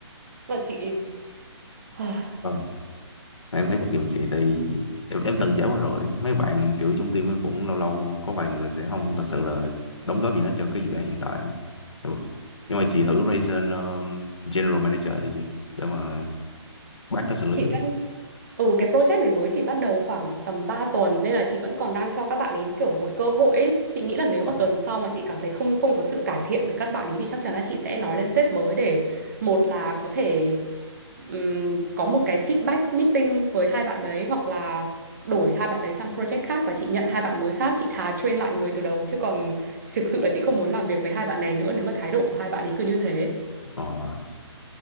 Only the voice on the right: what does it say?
mà chị <sighs>
chị
đang Ừ cái project này mới chỉ bắt đầu khoảng tầm 3 tuần nên là chị vẫn còn đang cho các bạn ấy kiểu một cơ hội ấy. Chị nghĩ là nếu
mà tuần sau mà chị cảm thấy không không có sự cải thiện từ các bạn ấy thì chắc chắn là chị sẽ nói lên sếp mới để một là có thể ừm, có một cái feedback meeting với hai bạn đấy hoặc là đổi hai bạn đấy sang project khác và chị nhận hai bạn mới khác, chị thà train lại người từ đầu chứ còn thực sự là chị không muốn làm việc với hai bạn này nữa nếu mà thái độ của hai bạn ấy cứ như thế.